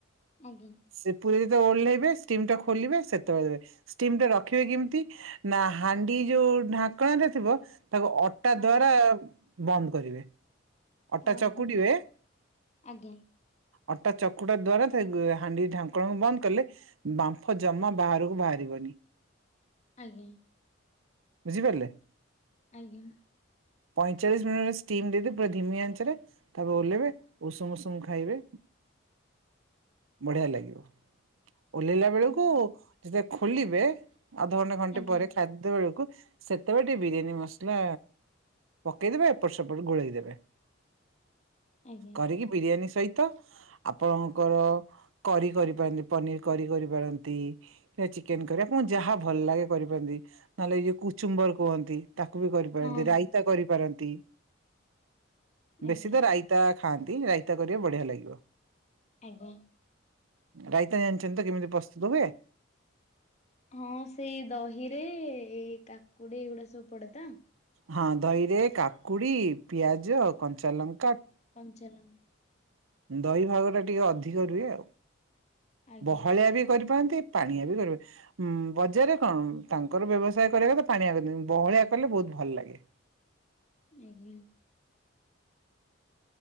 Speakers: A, on the left (about 35°); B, on the right (about 80°).
A: ଆଜ୍ଞା।
B: ସେ ପୁରୀ ଯେତେ ଓଲେହିବେ ହେବେ ଷ୍ଟିମ୍ ଟା ଖୋଲିବେ ସେତେବେଳେ ଷ୍ଟିମ ଟା ରଖିବେ କେମିତି ନା ହାଣ୍ଡି ଯୋଉ ଢାଙ୍କଣଟା ଥିବ ତାକୁ ଅ ଟା
A: ଆଜ୍ଞା
B: ଦ୍ଵାରା ବନ୍ଦ କରିବେ। ଅଟା
A: ଓହୋ
B: ଚକୁଡିବେ।
A: ଆଜ୍ଞା
B: ଅଟା ଚକୁଟା ଦ୍ଵାରା ସେ ହାଣ୍ଡି ଢାଙ୍କଣ ବନ୍ଦ କଲେ ବାମ୍ଫ ଜମା ବାହାରକୁ ବାହାରିବନି।
A: ଆଜ୍ଞା।
B: ବୁଝିପାରିଲେ?
A: ଆଜ୍ଞା।
B: ପଇଁଚାଳିଶ ମିନିଟ ଷ୍ଟିମ୍ ଦେଇଦେ ପୁରା ଧିମି ଆଞ୍ଚରେ ତାପରେ ଓହ୍ଲେଇବେ ଉଷୁମ ଉଷୁମ ଖାଇବେ। ବଢିଆ ଲାଗିବ। ଓହ୍ଲେଇଲା ବେଳକୁ
A: ହୁଁ,
B: ଯେତେବେଳେ ଖୋଲିବେ ଅଧଘଣ୍ଟା ଘଣ୍ଟେ
A: ଆଜ୍ଞା
B: ପରେ ଖାଦ୍ୟ ବେଳକୁ ସେତେବେଳେ ଟିକେ ବିରିୟାନୀ ମସଲା ପକେଇଦେବେ, ଏପଟ ସେପଟ ଗୋଳେଇ ଦେବେ।
A: ଆଜ୍ଞା
B: କରିକି ବିରିୟାନୀ ସହିତ ଆପଣଙ୍କର କରି କରିପାରନ୍ତି, ପନିର କରି କରିପାରନ୍ତି। ଚିକେନ କରି ଆପଣଙ୍କୁ ଯାହା ଭଲ ଲାଗେ କରିପାରନ୍ତି ନହେଲେ ଏ ଯୋଉ କୁଚୁମ୍ବର କୁହନ୍ତି। ତାକୁ ବି କରିପାରନ୍ତି,
A: ହଁ
B: ରାଇତା
A: ହଁ
B: କରିପାରନ୍ତି।
A: ଆଜ୍ଞା
B: ବେଶୀ ତ ରାଇତା ଖାଆନ୍ତି, ରାଇତା କରିବେ ବଢିଆ ଲାଗିବ
A: ଆଜ୍ଞା।
B: ରାଇତା ଜାଣିଛନ୍ତି ତ କେମିତି ପ୍ରସ୍ତୁତ ହୁଏ।
A: ହଁ ସେଇ ଦହିରେ ଏଇ କାକୁଡି ଏଇଗୁଡା ସବୁ ପଡେ ତ!
B: ହଁ ଦହି ରେ କାକୁଡି, ପିଆଜ, କଞ୍ଚାଲଙ୍କ
A: କଞ୍ଚା ଲଙ୍କା
B: ଦହି ଭାଗ ଟା ଟିକେ ଅଧିକ ରୁହେ ଆଉ,
A: ଆଜ୍ଞା
B: ବହଳିଆ ବି କରିପାରନ୍ତି। ପାଣିଆ ବି କରିବେ। ଉଁ ବଜାରରେ କଣ ତାଙ୍କର ବ୍ୟବସାୟ କରିବାକୁ ପାଣିଆ କରିଦିଅନ୍ତି। ବହଳିଆ କଲେ ବହୁତ ଭଲ ଲାଗେ।
A: ଆଜ୍ଞା।